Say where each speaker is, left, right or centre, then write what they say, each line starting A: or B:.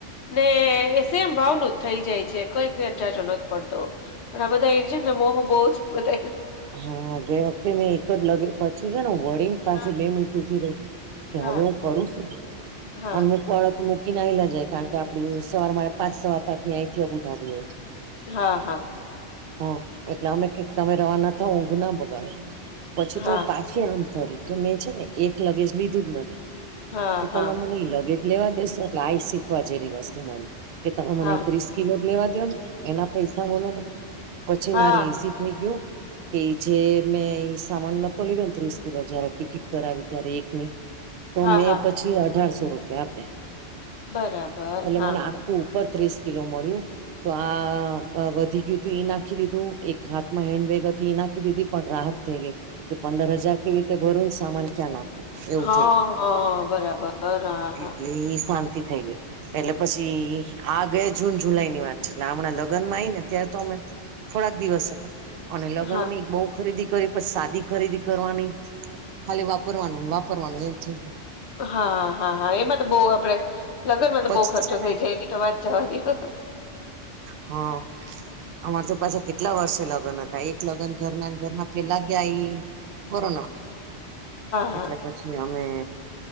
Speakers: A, on the left (about 70°); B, on the right (about 60°).
A: ને એ સેમ ભાવનું જ થઈ જાય છે કોઈ ફેર ઝાઝો નથ પડતો. પણ આ બધા એ છે ને મોહ બહુ છે બધાયને.
B: હા ગઈ વખતે મેં એક જ લ પછી છે ને વળીને પાછી
A: હા,
B: બે મીનીટ ઉભી રહી. કે
A: હા.
B: હવે હું કરું શું
A: હા,
B: અમુક વાળ મૂકીને આઈ ના જાય કારણ કે આપડી સવાર મારે પાંચ સવા પાચ ની અહીંથી બુધ આવી હોય.
A: હા હા.
B: ઓહ એટલે અમે કેક તમે રવાના થાવ ઊંઘ ના બગાડો પછી
A: હા,
B: તો હુ પાછ આમ ફરી કે મેં છે ને એક લગેજ લીધું જ નથી
A: હા,
B: તો તમે
A: હા,
B: મને લગેજ લેવા દેેશો એટલે આ શીખવા જેવી વસ્તુ મળી કે તમે મને
A: હા,
B: ત્રીસ કિલો લેવા દો ને એના પૈસા બોલો ને પછી
A: હા,
B: મારે ઈઝી થઈ ગયું. કે જે મેં સામાન નતો લીધો ને ત્રીસ કિલો જયારે ટિકિટ કરાવી ત્યારે એકની તો
A: હા,
B: મેં
A: હા,
B: પછી અઢારસો રૂપિયા આપ્યા
A: બરાબર,
B: એટલે
A: હા,
B: મને
A: હા,
B: આખું બત્રીસ કિલો મળ્યું. તો આ વધી ગયું તું ઈ નાખી દીધું એક હાથમાં હેન્ડબેગ હતી એ નાખી દીધી પણ રાહત થઈ ગઈ કે પંદર હજાર કેવી રીતે ભરુ ને સામાન ક્યાં નાખું. એવું
A: હા,
B: થઈ ગયું
A: હા, બરાબર, હા, હા,
B: એટલે ઈ શાંતિ થઈ ગઈ. એટલે પછી આ ગયા જૂન જુલાઈ ની વાત છે એટલે હમણાં લગ્નમાં આઈ ને ત્યારે તો અમે થોડાક દિવસ અને લગ્ન
A: હા.
B: ની બહુ ખરીદી કરી પછી સાદી ખરીદી કરવાની ખાલી વાપરવાનું વાપરવાનું એવું થય ગયું.
A: હા હા હા હા એમાં તો બહુ આપડે લગ્નમાં
B: ગયું
A: તો બહુ
B: પછી
A: ખર્ચો
B: છે ને
A: થઈ જાય એ તો વાત જવા દેઓ.
B: હા અમાર તો પાછા તે કેટલા વર્ષે લગ્ન હતા એક લગ્ન ઘરના ઘરના પેલા ગ્યા એ કોરોના
A: હા
B: એટલે પછી અમે